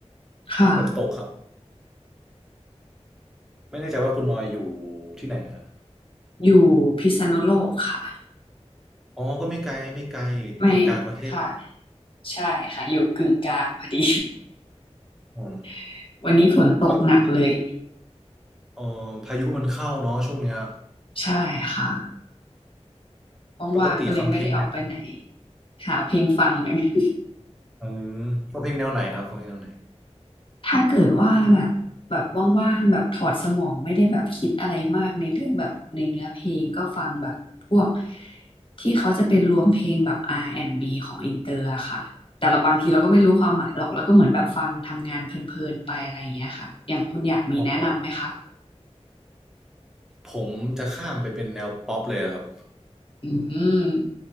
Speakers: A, on the left (about 50°); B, in the centre.
A: ค่ะ
B: ฝนตกครับ ไม่แน่ใจว่าคุณออยอยู่ที่ไหนฮะ
A: อยู่พิษณุโลกค่ะ
B: อ๋อก็ไม่ไกลไม่ไกลกลางๆประเทศ
A: ไม่ค่ะใช่ค่ะอยู่กึ่งกลางพอดี
B: ผม
A: <laughs> วันนี้ฝนตกหนักเลย
B: ปกเอ่อพายุมันเข้าเนาะช่วงเนี้ย
A: ใช่ค่ะ
B: ปกติฟังเพลงแนว
A: ว่างๆก็เลยไม่ได้ออกไปไหนหาเพลงฟังเหมือนกัน
B: เออฟังเพลงแนวไหนครับฟังเพลงแนวไหน
A: ถ้าเกิดว่าแบบแบบว่างๆแบบถอดสมองไม่ได้แบบคิดอะไรมากในเรื่องแบบในเนื้อเพลงก็ฟังแบบพวกที่เขาจะเป็นรวมเพลงแบบ R&B ของอินเตอร์อะค่ะแต่เราบางทีเราก็ไม่รู้ความหมายหรอกเราก็เหมือนแบบฟังทำงานเพลินๆไปอะไรอย่างเงี้ยค่ะอย่างคุณอยากมีแนะนำไหมคะ
B: อ๋อผมจะข้ามไปเป็นแนวป๊อปเลยอะครับ
A: อืม